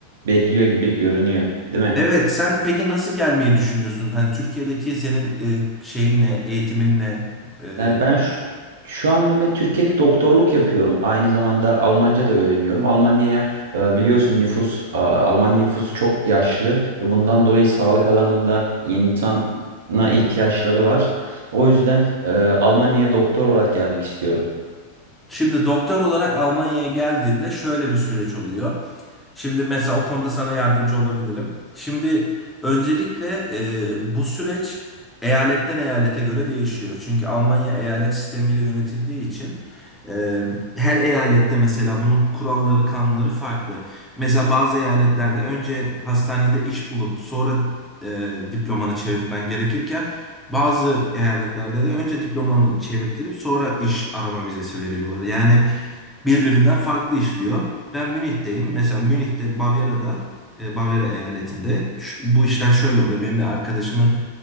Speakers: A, on the right (about 60°); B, in the centre.
A: bekliyor gibi görünüyor, değil mi?
B: Evet, sen peki nasıl gelmeyi düşünüyorsun? Hani Türkiye'deki senin e, şeyin ne, eğitimin ne, E,
A: Yani ben şu, şu an Mehmet Türkiye'de doktorluk yapıyorum. Aynı zamanda Almanca da öğreniyorum. Almanya'ya e, biliyorsun nüfus, e, Alman nüfusu çok yaşlı ve bundan dolayı sağlık alanında insana ihtiyaçları var. O yüzden e, Almanya'ya doktor olarak gelmek istiyorum.
B: Şimdi doktor olarak Almanya'ya geldiğinde şöyle bir süreç oluyor. Şimdi mesela o konuda sana yardımcı olabilirim. Şimdi öncelikle e, bu süreç eyaletten eyalete göre değişiyor. Çünkü Almanya eyalet sistemiyle yönetildiği için e, her eyalette mesela bunun kuralları, kanunları farklı. Mesela bazı eyaletlerde önce hastanede iş bulup sonra e, diplomanı çevirtmen gerekirken bazı eyaletlerde de önce diplomanı çevirttirip sonra iş arama vizesi veriyorlar. Yani birbirinden farklı işliyor. Ben Münih'teyim. Mesela Münih'te Bavyera'da, e, Bavyera eyaletinde ş- bu işler şöyle oluyor. Benim bir arkadaşımın